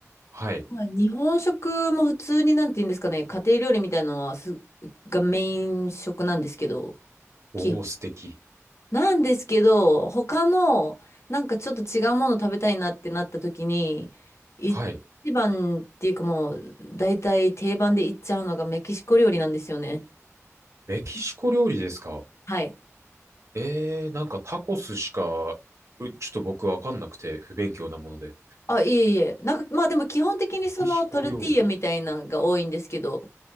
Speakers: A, on the right; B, on the left.
A: はい。
B: まあ、日本食も普通になんて言うんですかね、家庭料理みたいなのはす、がメイン食なんですけど、
A: おー、
B: 基本。
A: 素敵。
B: なんですけど、他のなんかちょっと違うもの食べたいなってなった時に、一番っていうかもう大体定番でいっちゃうのがメキシコ料理なんですよね。
A: はい。メキシコ料理ですか
B: はい。
A: ええーなんかタコスしか、うちょっと僕わかんなくて、不勉強なもので。
B: あ、いえいえ。なんかまあでも基本的にそのトルティーヤみたいなのが多いんですけど、
A: メキシコ料理。